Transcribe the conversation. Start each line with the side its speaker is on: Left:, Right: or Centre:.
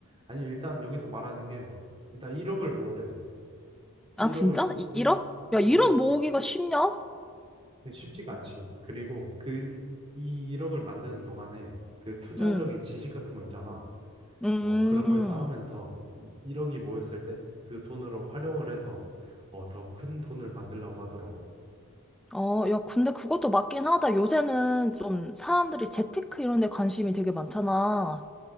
Right: 아니면 일단 여기서 말하는 게 일단 1억을 모으래. 1억을
Centre: 아 진짜
Right: 1,
Centre: 일억 야 일억
Right: 어, 이
Centre: 모으기가 쉽냐
Right: 쉽지가 않지. 그리고 그 이 1억을 만드는 동안에 그 투자적인
Centre: 음,
Right: 지식 같은 거 있잖아.
Centre: 음,
Right: 어, 그런 걸 쌓으면서 1억이 모였을 때 그 돈으로 활용을 해서 어, 더 큰 돈을 만들라고 하더라고.
Centre: 어, 야, 근데 그것도 맞긴 하다. 요새는 좀 사람들이 재테크 이런 데 관심이 되게 많잖아.